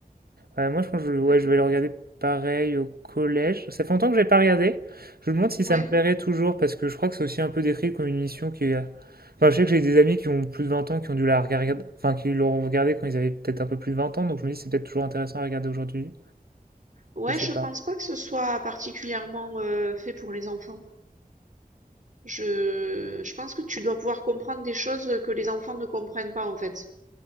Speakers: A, on the right; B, on the right.
A: Ouais, moi je pense que je, ouais,
B: ouais, ouais.
A: je vais le regarder pareil au collège. Ça fait longtemps que j'ai pas regardé. Je me demande si
B: Ouais,
A: ça me plairait toujours parce que je crois que c'est aussi un peu décrit comme une émission qui est... euh, Enfin je sais que j'ai des amis qui ont plus de 20 ans qui ont dû la regarder, enfin qui l'ont regardée quand ils avaient peut-être un peu plus de 20 ans, donc je me dis c'est peut-être toujours intéressant à regarder aujourd'hui.
B: ouais,
A: Je sais
B: je
A: pas.
B: pense pas que ce soit particulièrement euh, fait pour les enfants. Je... je pense que tu dois pouvoir comprendre des choses que les enfants ne comprennent pas, en fait,